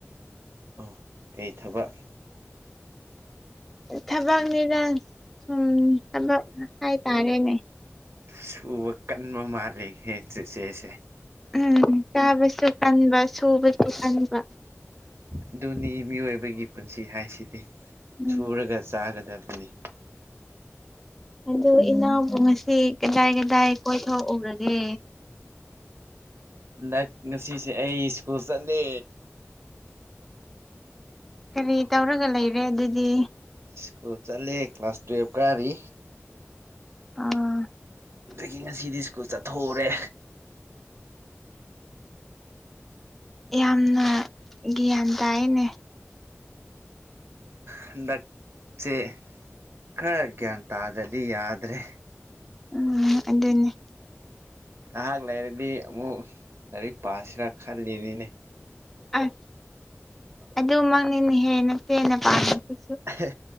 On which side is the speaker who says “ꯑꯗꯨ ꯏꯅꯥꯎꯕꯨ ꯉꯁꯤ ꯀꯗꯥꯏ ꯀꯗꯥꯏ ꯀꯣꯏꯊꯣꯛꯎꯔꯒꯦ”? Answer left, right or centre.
Centre